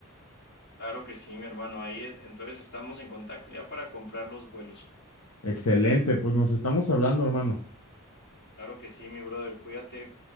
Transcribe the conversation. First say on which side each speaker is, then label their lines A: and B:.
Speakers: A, on the left; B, on the left.
A: Claro que sí, mi hermano. Ahí eh, entonces estamos en contacto ya para comprar los vuelos.
B: Excelente, pues nos estamos hablando, hermano.
A: Claro que sí, mi brother. Cuídate.